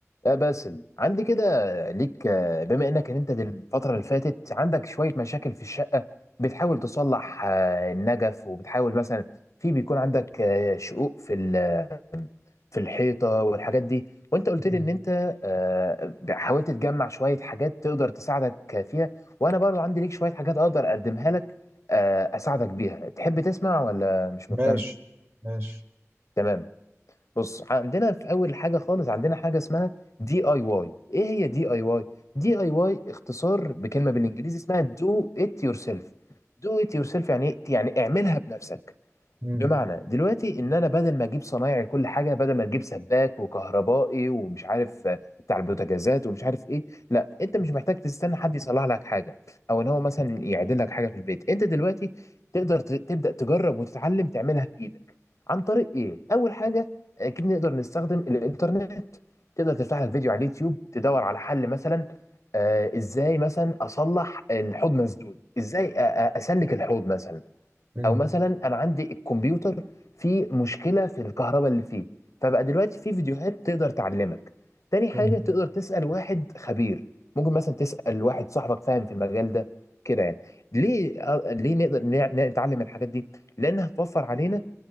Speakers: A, on the left (about 75°); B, on the right (about 45°).
A: يا باسل عندي كده ليك آه، بما انك إن انت دل- الفترة اللي فاتت عندك شوية مشاكل في الشقة بتحاول تصلح آه، النجف وبتحاول مثلا في بيكون عندك آه، شقوق في ال- في الحيطة والحاجات دي وانت قلت
B: مم.
A: لي ان انت آه، حاولت تجمع شوية حاجات تقدر تساعدك فيها وانا برضو عندي ليك شوية حاجات اقدر اقدمها لك آه، اساعدك بيها تحب تسمع ولا مش مهتم
B: ماشي ماشي
A: تمام بص عندنا في اول حاجه خالص عندنا حاجه اسمها دي اي واي ايه هي دي اي واي دي اي واي اختصار بكلمه بالانجليزي اسمها دو ات يور سيلف دو ات يور سيلف يعني إيه؟ يعني اعملها بنفسك
B: مم.
A: بمعنى دلوقتي ان انا بدل ما اجيب صنايعي لكل حاجه بدل ما تجيب سباك وكهربائي ومش عارف آه، بتاع البوتاجازات ومش عارف ايه لا انت مش محتاج تستنى حد يصلح لك حاجه او ان هو مثلا يعدل لك حاجه في البيت انت دلوقتي تقدر ت- تبدا تجرب وتتعلم تعملها بايدك عن طريق ايه اول حاجه اكيد نقدر نستخدم الانترنت تقدر تفتح لك فيديو على اليوتيوب تدور على حل مثلا آه، ازاي مثلا اصلح الحوض مسدود ازاي أ- أ- اسلك الحوض مثلا
B: مم.
A: او مثلا انا عندي الكمبيوتر فيه مشكله في الكهرباء اللي فيه فبقى دلوقتي في فيديوهات تقدر تعلمك تاني حاجه
B: مم.
A: تقدر تسال واحد خبير ممكن مثلا تسال واحد صاحبك فاهم في المجال ده كده يعني ليه آه، ليه نقدر نع- نتعلم الحاجات دي لانها هتوفر علينا